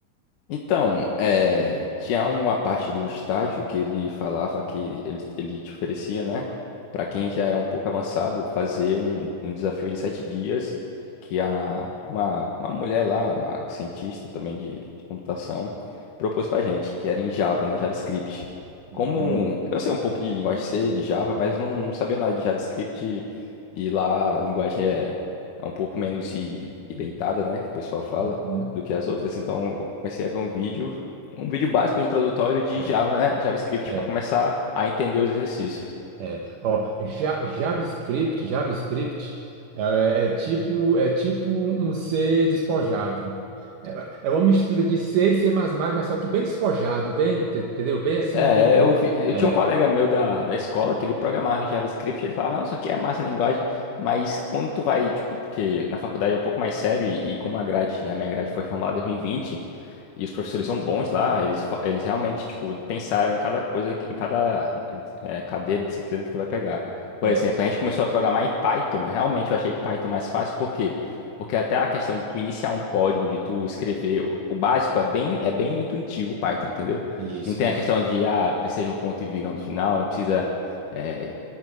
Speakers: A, on the left; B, on the right.
A: Então, eh, tinha uma parte do estágio que ele falava que ele, ele te oferecia, né? Para quem já era um pouco avançado, fazer um, um desafio de sete dias que a, uma, uma mulher lá, uma cientista também de, de computação, propôs para gente, que era em Java, né? JavaScript. Como
B: Hum,
A: eu sei um pouco de linguagem C, de Java, mas não, não sabia nada de JavaScript e lá a linguagem é, é um pouco menos i- identada, né? Que o pessoal fala
B: uhum.
A: do que as outras. Então, eu comecei a ver um vídeo, um vídeo básico introdutório de
B: É,
A: Java, né? JavaScript
B: é.
A: para começar a entender os exercícios.
B: É, ó, Ja- JavaScript, JavaScript é, é tipo é tipo um C despojado. É, é uma mistura de C e C++, mas só que bem despojado, bem, te- entendeu? Bem assim,
A: É, eu vi, eu
B: é,
A: tinha um colega meu da, da escola que ele programava em JavaScript, ele falava, não, isso aqui é massa a linguagem, mas quando tu vai, tipo, porque na faculdade é um pouco mais sério e, e como a grade, a minha grade foi formada em 2020, E os professores são bons lá, eles, fa- eles realmente, tipo, pensaram em cada coisa, que- em cada eh, cadeira e disciplina que tu vai pegar. Por
B: é,
A: exemplo, a gente começou a programar em Python. Realmente eu achei Python mais fácil, por quê? Porque até a questão de tu iniciar um código, de tu escrever, o o básico é bem, é bem intuitivo o Python, entendeu?
B: isso,
A: Não tem
B: isso.
A: a questão de, ah, precisa de um ponto e vírgula no final, não precisa, eh,